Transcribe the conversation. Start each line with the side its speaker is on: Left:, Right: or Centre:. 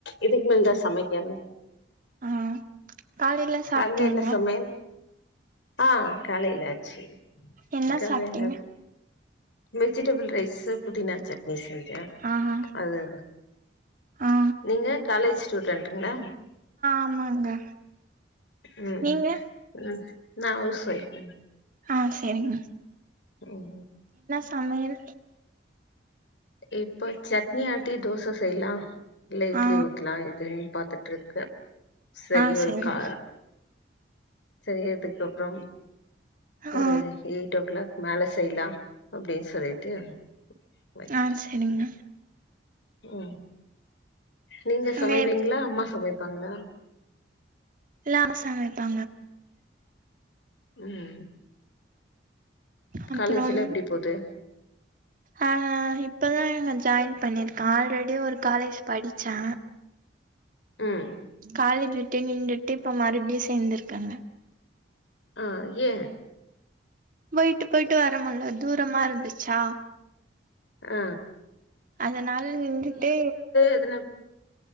Left: இதுக்கு மேலதா சமைக்
Right: ஆ காலையில சாப்ட்டீங்களா
Left: அங்க என்ன சமயல் ஆ காலைல ஆச்சு
Right: என்னா
Left: காலையில
Right: சாப்டீங்க
Left: வெஜிடபிள் ரைஸ்சு புதினா சட்னி செஞ்ச
Right: ஆ ஆ
Left: அது
Right: ஆ
Left: நீங்க காலேஜ் ஸ்டூடென்டுங்களா
Right: ஆமாங்க
Left: ம்
Right: நீங்க
Left: ம் நா ஹவுஸ் வைஃப்
Right: ஆ சரிங்க
Left: ம்
Right: சமயல்
Left: இப்ப சட்னி ஆட்டி தோச செய்லா இல்ல இட்லி
Right: ஆ
Left: ஊத்தலா எதுன்னு பாத்துட்ருகே சரி
Right: ஆ சரிங்க
Left: ஒரு கா சரி அதுக்கப்புறம் ஒரு
Right: ஆ
Left: எயிட்டோ கிளாக் மேல செய்லா அப்டின்னு சொல்லிட்டு வச்சுட்டு
Right: ஆ சரிங்க
Left: ம் நீங்க சமைப்பீங்களா
Right: அங்க
Left: அம்மா சமைப்பாங்களா
Right: நானு சமைப்பே
Left: ம்
Right: அப்புறம்
Left: காலேஜ்லா எப்டி போது
Right: அ இப்பதா இங்கச் ஜாயின் பண்ணிருக்கா ஆல்ரெடி ஒரு காலேஜ் படிச்சா
Left: ம்
Right: காலேஜ விட்டே நின்டுட்டு இப்ப மறுப்டியு சேந்துருக்கங்க
Left: அ ஏ
Right: போயிட்டு போயிட்டு வரமுல்ல தூரமா இருந்துச்சா
Left: அ
Right: அதனால் நின்டுட்டு
Left: எதுனா